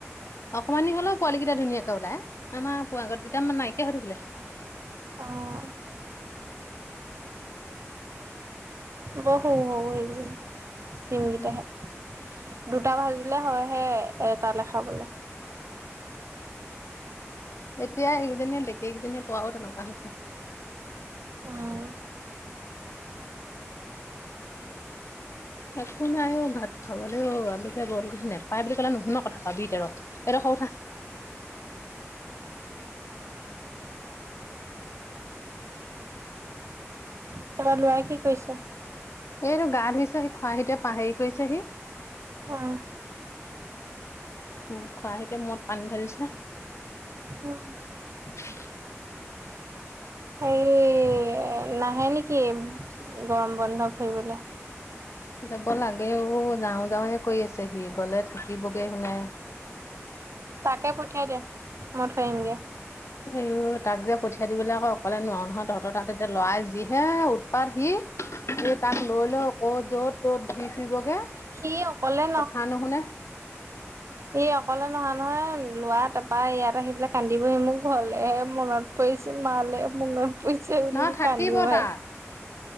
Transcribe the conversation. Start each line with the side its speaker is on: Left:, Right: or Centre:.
Left: অকমানি হলেও পোৱালি কেইটা ধুনীয়াকে ওলাই আমাৰ আগৰ কিতা মানে নাইকিয়ে হৈ থাকিলে।
Right: অঁ। বৰ সৰু সৰু সেইকেইজনীৰ দিম গিটা
Left: উম,
Right: হেত দুটা ভাজিলে হয়হে এটালে খাবলে।
Left: এতিয়া এইকেইজনীয়ে ডেকেই কেইজনীয়ে পৰাও তেনেকুৱা হৈছে।
Right: উম।
Left: একো নাই অ ভাত খাবলে ঔ আলুকে বইল কৰিছো, নাপায় বুলি ক'লে নুশুন কথা পাবি এতিয়া ৰ' এইডোখৰ উঠা।
Right: তাৰপৰা লৰাই কি কৰিছে?
Left: এইটো গা ধুইছে সি খৰাহিটোৱে হেৰি কৰিছেহি।
Right: উম।
Left: উম, খৰাহিতোৱে মূৰত পানী ঢালিছে।
Right: উম
Left: <inaudible>
Right: হেৰি নাহে নেকি গৰম বন্ধ ফুৰিবলৈ?
Left: যাব লাগে ও যাওঁ যাওঁ হে কৰি আছে সি গলে থাকিবগৈ হুনে
Right: তাকে পঠিয়াই দে, মই থৈ আহিমগে।
Left: আইওঃ তাক যে পঠিয়াই দিবলৈ আকৌ অকলে নোৱাৰো নহয় তহঁতৰ তাত এতিয়া লৰাই যিহে উৎপাত সি এই তাক লৈ লৈ ক'ত যত ত'ত ধুই ফুৰিবগে
Right: সি অকলে
Left: কথা নুশুনে। <inaudible>
Right: ই অকলে নহয় নহয় লৰা তাৰপৰা ইয়াত আহি পেলাই কান্দিবহি মোক ঘৰলে মনত পৰিছে, মালে মনত পৰিছে বুলি
Left: নহয় থাকিব
Right: কান্দো হা।
Left: তাত